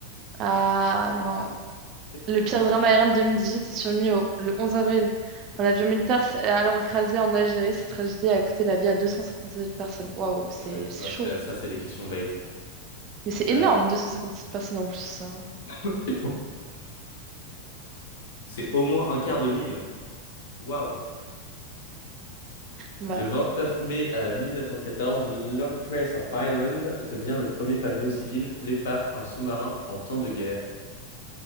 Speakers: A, on the right; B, on the left.
A: Ah, non.
B: C'est
A: Le
B: faux.
A: pire drame aérien de 2018 est survenu au- le 11 avril. Un avion militaire s'est alors écrasé en Algérie. Cette tragédie a coûté la vie à 257 personnes. Waouh, c'est
B: Ouais, tu
A: c'est
B: vois,
A: chaud.
B: ça, ça, c'est des questions bait.
A: Mais c'est énorme,
B: Euh,
A: 257 personnes en plus. hein.
B: <coughs> C'est au moins un quart de mille. Waouh.
A: Bah,
B: Le 29 mai euh, 1914, l'Empress of Ireland devient le premier paquebot civil coulé par un sous-marin en temps de guerre.